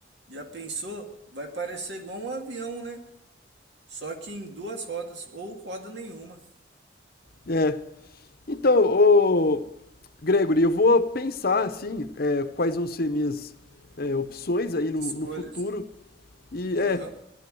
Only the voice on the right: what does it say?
Já pensou? Vai parecer igual um avião, né? Só que em duas rodas ou roda nenhuma.
Escolhas.
Aham.